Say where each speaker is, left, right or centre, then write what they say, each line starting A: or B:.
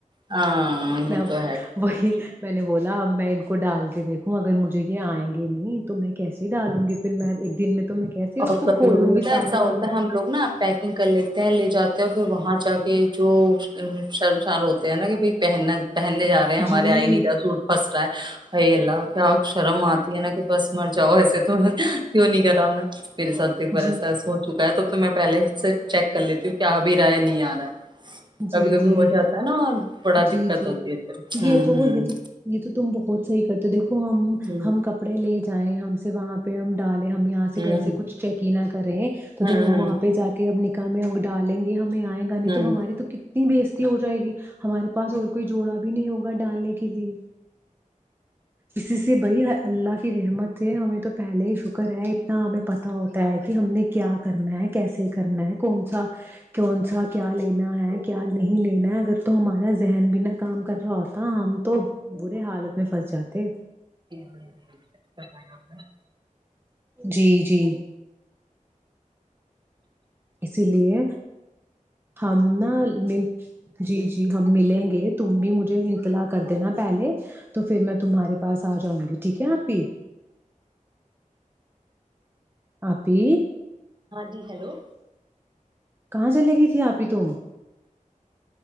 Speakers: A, on the right; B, on the right.
A: ہاں یہ
B: میں
A: تو ہے
B: وہی میں نے بولا اب میں ان کو ڈال کے دیکھوں اگر مجھے یہ آئیں گے نہیں تو میں کیسے ڈالوں گی پھر میں ایک دن میں تو میں کیسے اس
A: اور
B: کو
A: کبھی
B: کھولوں
A: کبھی
B: گی
A: پتا
B: سارا
A: ایسا
B: کروں
A: ہوتا
B: گی
A: ہے ہم لوگ نا پیکنگ کر لیتے ہیں لے جاتے پھر وہاں جا کے جو سرسان ہوتے ہیں نا کہ بھائی پہننا پہننے جا رہے ہیں ہمارے
B: جی
A: آئی نہیں سوٹ پھس ائی ال کیا کرماتتی ایناک بس مر جاؤ ایسے تو کیوں نہیں کرا ہم نے میرے سات بڑا
B: جی
A: ساس ہو چکا تب تو میں پہلے اس سے چیک کر لیتی ہوں کہ آ بھی رہا یا نہیں آ رہا ہے کبھی
B: جی
A: کبھی
B: جی
A: ہو جاتا ہے نا اور بڑا
B: جی
A: دقت
B: جی
A: ہوتی ہے پھر ہوں
B: یہ تو یہ تو یہ تو تم بہت صحیح سر تو دیک ہم
A: ہوں
B: ہم کپڑے لے چاہیں ہم سے وہاں پہ ہم ڈال ہم یہاں سے
A: ہوں ہوں
B: گھر سے کچھ چیک نہ کرے ہیں تو
A: ہوں
B: جب
A: ہوں
B: ہم
A: ہوں
B: وہاں پہ جا کے اب نکل ہم ا ڈالیں گے ہم گانی
A: ہوں۔
B: تو ہماری تو کتنی بیزتی ہو جائے گی ہمارے پاس اور کوئی جوڑا بھی نہیں ہوگا ڈالنے کے لیے اسی سے بھائی اللہ کی رحمت سے ہمیں تو پہلے ہی شکر ہے اتنا ہمیں پتا ہوتا ہے کہ ہم نے کیا کرنا ہے کیسے کرنا ہے کون سا کون سا کیا لینا ہے خیال نہیں لینا ہے اگر تو ہمارا ذہن بھینا کام کر رہا ہوتا ہم تو برے حالت میں پھنس جاتے
A: <unintelligible>
B: جی جی اسی لیے ہم نہ مل جی جی ہم ملیں گے تم بھی مجھے انتلا کر دینا پہلے تو پھر میں تمہارے پاس آ جاں گی ٹھیک ہے آپ پی آپی
A: ہاں جی ہیلو
B: کہاں چلے گئی تھی آپ ہی تم